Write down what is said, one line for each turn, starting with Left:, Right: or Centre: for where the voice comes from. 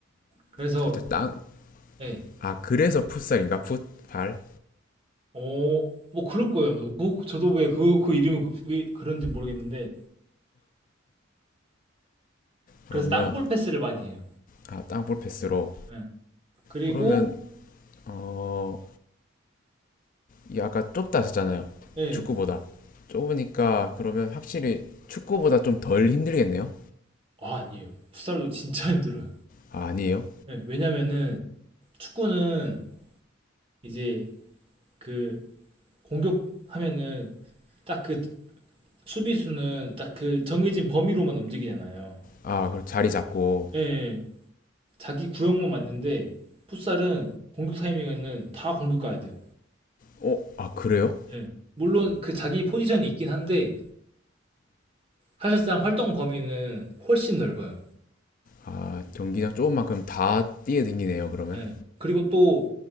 Right: 그래서
Left: 살짝 땅
Right: 예,
Left: 아 그래서 풋살인가 풋발
Right: 어, 뭐 그럴 거예요. 뭐 그- 저도 왜 그 그 이름이 그- 왜 그런지 모르겠는데 그래서
Left: 그러면
Right: 땅볼 패스를 많이 해요.
Left: 아 땅볼 패스로
Right: 예. 그리고
Left: 그러면 어, 이 아까 좁다 하셨잖아요.
Right: 예,
Left: 축구보다. 좁으니까 그러면 확실히 축구보다 좀 덜 힘들겠네요.
Right: 아 아니에요. 풋살도 진짜 힘들어요.
Left: 아, 아니에요?
Right: 예, 왜냐면은 축구는 이제 그 공격하면은 딱그 수비수는 딱 그 정해진 범위로만 움직이잖아요.
Left: 아, 그럼 자리 잡고.
Right: 예, 예. 자기 구역만 맞는데 풋살은 공격 타이밍에는 다 공격 가야 돼요.
Left: 어, 아, 그래요?
Right: 예. 물론 그 자기 포지션이 있긴 한데 사실상 활동 범위는 훨씬 넓어요.
Left: 아, 경기장 좁은 만큼 다 뛰어댕기네요, 그러면.
Right: 예. 그리고 또